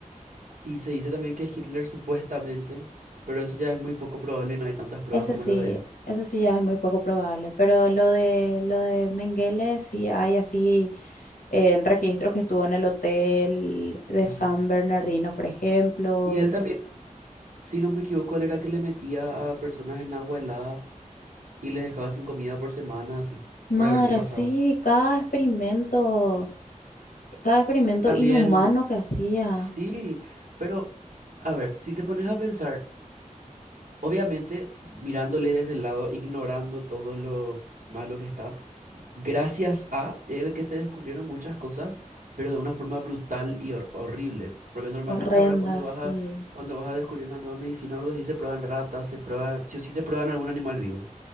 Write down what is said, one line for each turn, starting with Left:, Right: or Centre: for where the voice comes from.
Right: Y se dice también que Hitler supuestamente, pero eso ya es muy poco probable y no hay tantas pruebas
Left: Ese
Right: como
Left: sí.
Right: lo de él.
Left: Ese sí ya es muy poco probable, pero lo de lo de Mengele sí hay así en registros que estuvo en el hotel de
Right: ujú.
Left: San Bernardino, por ejemplo,
Right: Y él también,
Left: y así.
Right: si no me equivoco, él era que le metía a personas en agua helada y les dejaba sin comida por semanas así,
Left: Madre,
Right: para ver qué pasaba.
Left: sí, cada experimento, cada experimento
Right: También,
Left: inhumano que hacía,
Right: sí, pero a ver, si te pones a pensar, obviamente mirándole desde el lado, ignorando todo lo malo que está, gracias a él que se descubrieron muchas cosas, pero de una forma brutal y hor- horrible. Porque normalmente
Left: horrenda,
Right: ahora cuando
Left: sí.
Right: vas a, cuando vas a descubrir una nueva medicina o algo así, se prueban ratas, se prueba, sí o sí se prueban algún animal vivo.